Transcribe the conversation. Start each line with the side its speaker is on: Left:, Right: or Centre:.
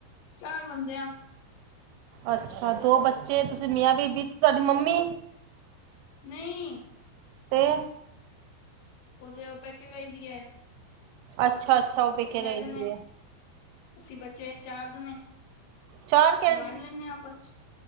Left: ਚਾਰ, ਬੰਦੇ ਆ
Right: ਅੱਛਾ, ਦੋ ਬੱਚੇ, ਤੁਸੀਂ ਮੀਆਂ ਬੀਬੀ, ਤੁਹਾਡੀ ਮੰਮੀ,
Left: ਨਹੀਂ
Right: ਅਤੇ,
Left: ਉਹ ਤੇ ਉਹ, ਪੈਕੇ ਗਈ ਦੀ ਐ
Right: ਅੱਛਾ -ਅੱਛਾ ਉਹ ਪੇਕੇ ਗਈ
Left: ਦੇ ਨੇ
Right: ਦੀ ਐ
Left: ਅਸੀਂ ਬੱਚੇ ਚਾਰ ਜਣੇ ਤੇ,
Right: ਚਾਰ ਕੈਂਜ
Left: ਵੰਡ ਲੈਂਣੇ ਹਾਂ ਆਪਸ ਚ